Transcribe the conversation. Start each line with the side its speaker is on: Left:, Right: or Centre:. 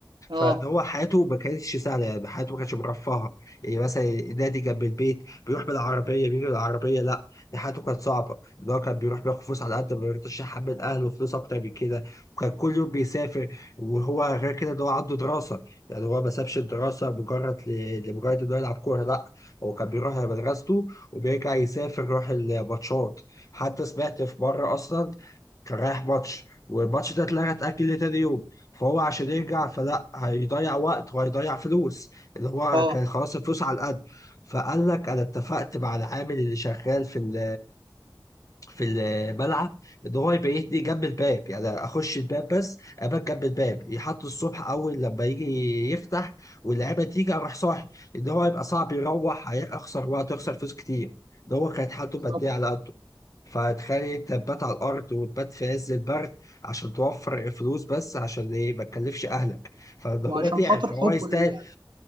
Right: اه
Left: فاللي هو حياته ما كانتش سهله يعني حياته ما كانتش مرفهه يعني مثلا النادي جنب البيت بيروح بالعربيه بيجي بالعربيه لا دي حياته كانت صعبه اللي هو كان بيروح بياخد فلوس على قد ما يرضاش يحمل اهله فلوس اكتر من كده وكان كل يوم بيسافر وهو غير كده ده هو عنده دراسه يعني هو ما سابش الدراسه مجرد ل- لمجرد انه يلعب كوره لا هو كان بيروح على مدرسته وبيرجع يسافر يروح الماتشات حتى سمعت في مره اصلا كان رايح ماتش والماتش ده اتلغى اتأجل لتاني يوم فهو عشان يرجع فلا هيضيع وقت وهيضيع فلوس اللي هو
Right: اه
Left: كان خلاص الفلوس على القد فقال لك انا اتفقت مع العامل اللي شغال في ال- في الملعب ان هو يبيتني جنب الباب يعني اخش الباب بس ابات جنب الباب يحط الصبح اول لما يجي يفتح واللعيبه تيجي اروح صاحي ان هو يبقى صعب يروح هيخسر وقت ويخسر فلوس كتير ده هو كانت حالته الماديه
Right: بالظبط
Left: على قده فتخيل انت تبات على الارض وتبات في عز البرد عشان توفر فلوس بس عشان ايه ما تكلفش اهلك فده
Right: وعشان
Left: هو تعب
Right: خاطر
Left: فهو
Right: حبه
Left: يستاهل
Right: للعب